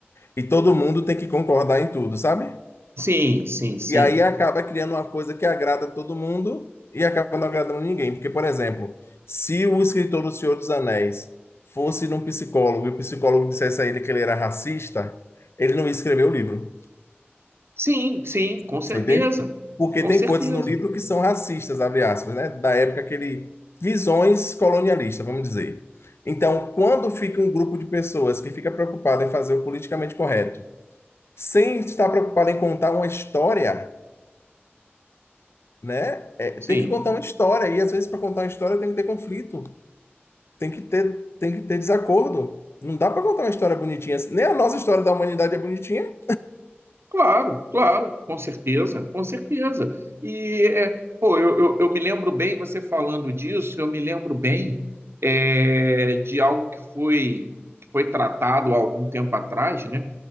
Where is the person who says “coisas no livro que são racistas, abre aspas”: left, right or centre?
Left